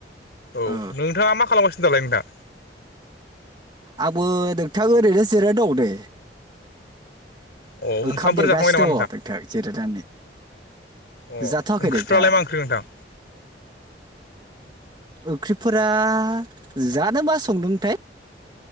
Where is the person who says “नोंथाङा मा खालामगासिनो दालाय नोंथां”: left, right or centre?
Left